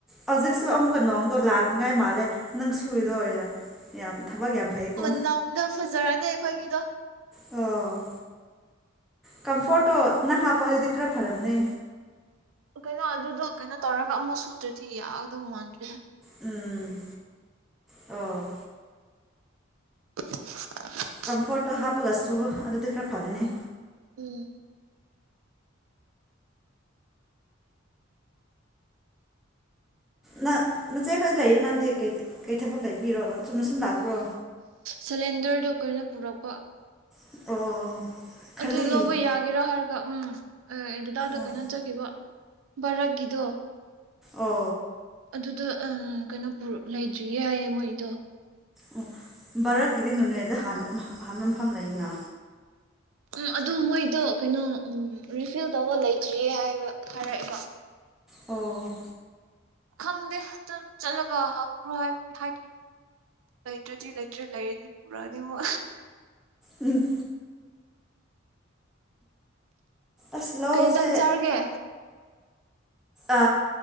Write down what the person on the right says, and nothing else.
ꯃꯅꯝꯗꯨ ꯐꯖꯔꯅꯤ ꯑꯈꯣꯏꯒꯤꯗꯣ
ꯀꯩꯅꯣ ꯑꯗꯨꯗꯣ ꯀꯩꯅꯣ ꯇꯧꯔꯒ ꯑꯃꯨꯛ ꯁꯨꯗ꯭ꯔꯗꯤ ꯌꯥꯒꯗꯧ ꯃꯥꯟꯗ꯭ꯔ‌ꯦꯗ
<inaudible>
ꯎꯝ
ꯁꯤꯂꯤꯟꯗꯔꯗꯨ ꯀꯩꯅꯣ ꯄꯨꯔꯛꯄ
ꯑꯗꯨ ꯂꯧꯕ ꯌꯥꯒꯦꯔ ꯍꯥꯏꯔꯒ ꯎꯝ ꯑ ꯗꯗꯥꯗ‌ꯣ
ꯀꯩꯅꯣ ꯆꯠꯈꯤꯕ ꯕꯔꯠꯒꯤꯗꯣ
ꯑꯗꯨꯗꯣ ꯑ ꯀꯩꯅꯣ ꯄꯨꯔ ꯂꯩꯗ꯭ꯔꯤ ꯍꯥꯏꯌꯦ ꯃꯣꯏꯗꯣ
ꯎꯝ ꯑꯗꯨ ꯃꯣꯏꯗꯨ ꯀꯩꯅꯣ ꯎꯝ ꯔꯤꯐꯤꯜ ꯇꯧꯕ ꯂꯩꯇ꯭ꯔꯤꯌꯦ ꯍꯥꯏꯕ ꯍꯥꯏꯔꯛꯑꯦꯕ
ꯈꯪꯗꯦ ꯆꯠ ꯆꯠꯂꯒ ꯍꯪꯔꯣ ꯍꯥꯏ ꯍꯥꯏꯈꯤ ꯂꯩꯇ꯭ꯔꯗꯤ ꯂꯩꯇ꯭ꯔꯦ ꯂꯩꯔꯗꯤ ꯄꯨꯔꯛꯑꯅꯤꯕꯣ
ꯀꯩ ꯏꯟꯖꯥꯡ ꯆꯥꯔꯒꯦ